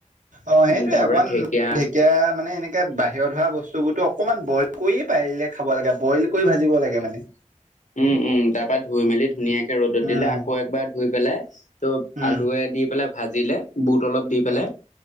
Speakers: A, on the right (about 80°); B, on the left (about 75°).
A: অ', সেইটোৱে
B: উম তাৰ
A: অকমান
B: পৰা ঢেকীয়া
A: ঢেঁক এতিয়া মানে এনেকে বাহিৰত হোৱা বস্তুবোৰতো অকমান বইল কৰিয়ে পাৰিলে খাব লাগে, বইল কৰি ভাঁজিব লাগে মানে।
B: উম উম, তাৰপৰা ধুই মেলি ধুনীয়াকে ৰ'দত দিলে,
A: উম
B: আকৌ একবাৰ ধুই পেলাই ত'
A: উম,
B: আলুৱে দি পেলাই ভাঁজিলে, বুট অলপ দি
A: উম,
B: পেলাই